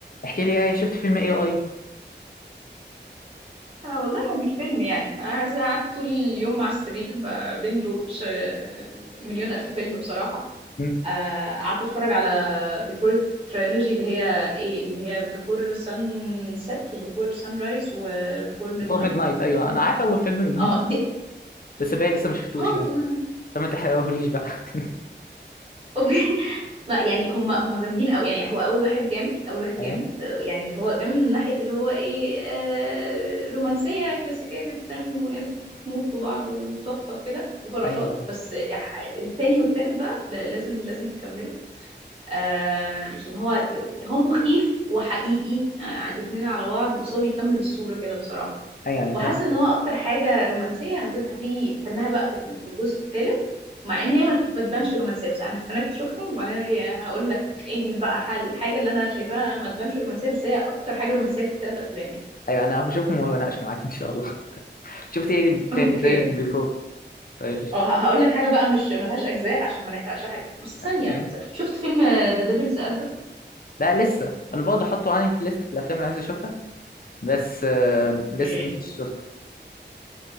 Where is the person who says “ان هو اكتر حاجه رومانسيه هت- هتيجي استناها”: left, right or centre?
Right